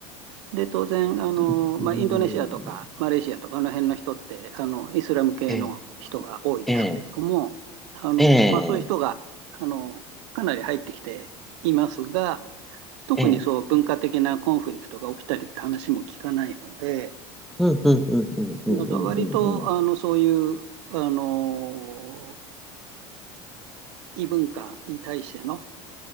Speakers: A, on the right; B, in the centre.
A: で、当然、あの、
B: うん
A: まあ、インドネシアとかマレーシアとかあの辺の人って、あの、イスラム系の人が多いですけれども、
B: ええ。ええ。
A: あの、
B: ええ。
A: まあ、そういう人が、あの、かなり入ってきていますが、特にそう文化的なコンフリクトが起きたりって話も聞かないので、
B: ええうんうんうんうんうんうんうんうん。
A: だから割と、あの、そういう、あの、異文化に対しての